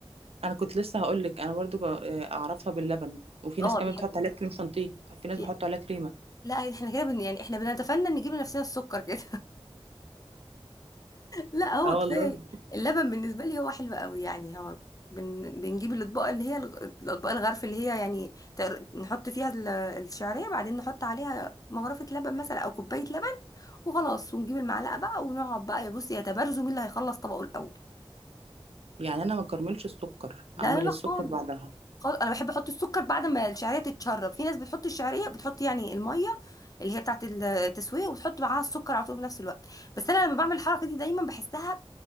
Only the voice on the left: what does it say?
اه
بيحبوا
في
لا احنا كده بن... يعني احنا بنتفنن نجيب لنفسنا السكر كده لا هو
كفايه
اللبن بالنسبه لي هو حلو قوي يعني هو بن... بنجيب الاطباق اللي هي الغ- الاطباق الغرف اللي هي يعني تقر- نحط فيها ال- الشعريه بعدين نحط عليها مغرفه لبن مثلا او كوبايه لبن وخلاص ونجيب المعلقه بقى ونقعد بقى يا بصي يتبارزوا مين اللي هيخلص طبقه الاول
لا
لا لا
خالص
خالص انا بحب احط السكر بعد ما الشعريه تتشرب في ناس بتحط الشعريه بتحط يعني الميه اللي هي بتاعت التسويه وتحط معاها السكر على طول في نفس الوقت بس انا لما بعمل الحركه دي دايما بحسها